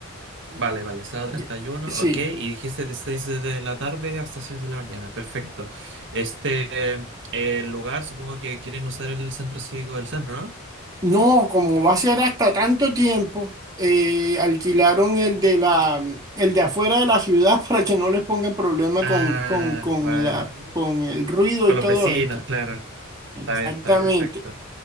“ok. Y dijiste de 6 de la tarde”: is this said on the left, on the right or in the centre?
Right